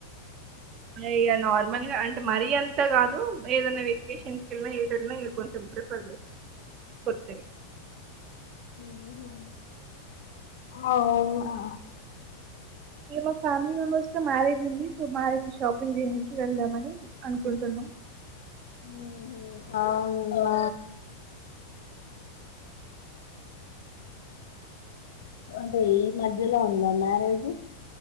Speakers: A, on the right; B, on the left.
A: అ ఇగా నార్మల్గా అంటే మరీ అంతా గాదు ఏదనా వెేకేషన్స్ కెళ్లిన ఏ కొంచెం రిఫర్
B: <inaudible>
A: కొత్తయి
B: ఉహు అ ఓ అ
A: ఇగా మా ఫ్యామిలీ మెంబర్స్ లో మ్యారేజ్ ఉంది సో మ్యారేజ్ షాపింగ్ చేయనికి వెళ్దామని అనుకుంటున్నామ్
B: ఉహు అవునా అంటే ఈ మధ్యలో ఉందా మ్యారేజ్